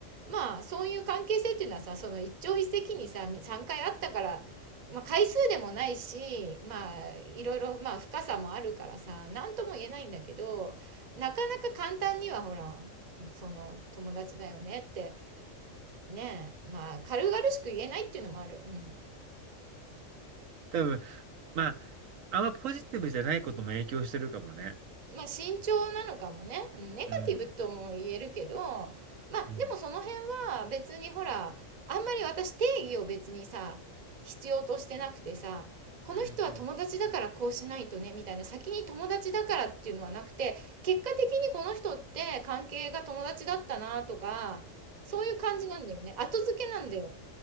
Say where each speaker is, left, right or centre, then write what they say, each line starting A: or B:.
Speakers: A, on the right; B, on the right.
A: まあそういう関係性っていうのはさその一朝一夕にさ3回あったから、まあ、回数でもないしまあいろいろまあ深さもあるからさ何とも言えないんだけどなかなか簡単にはほらその友達だよねってねまあ軽々しく言えないっていうのもある。うん
B: 多分、まあ、あんまポジティブじゃないことも影響してるかもね。
A: まあ、慎重なのかもね。うんネガティブとも言えるけど、
B: うん。
A: まあ、
B: うん。
A: でもその辺は別にほら、あんまり私定義を別にさ、必要としてなくてさ、この人は友達だからこうしないとね、
B: うんうん。
A: みたいな、先に友達だからっていうのはなくて、結果的にこの人って関係が友達だったなとか、そういう感じなんだよね。後付けなんだよ。